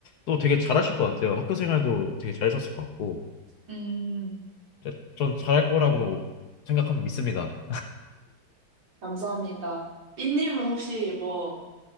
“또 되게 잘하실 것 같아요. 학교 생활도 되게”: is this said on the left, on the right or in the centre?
Left